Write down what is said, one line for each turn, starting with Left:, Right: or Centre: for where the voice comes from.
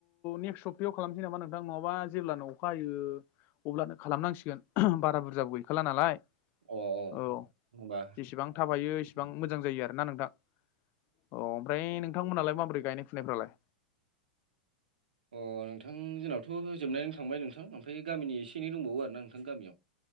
Left: नेक्स्ट सप्तायाव खालामसै नामा नोंथां नङाबा जेब्लानो अखा हायो अब्लानो खालामनांसिगोन बारा बुरजाबो गैखाला नालाय
Right: अ अ
Left: औ
Right: होमबा
Left: जेसेबां थाब हायो एसेबां
Right: औ
Left: मोजां जायो आरो ना नोंथां अ ओमफ्राय नोंथांमोनालाय माबोरै गायनाय फुनायफ्रालाय
Right: अ नोंथां जोंनाबोथ' जोबनानै थांबाय नोंथां ओमफाय गामिनि एसे एनै दंबावो आरोना नोंथां गामियाव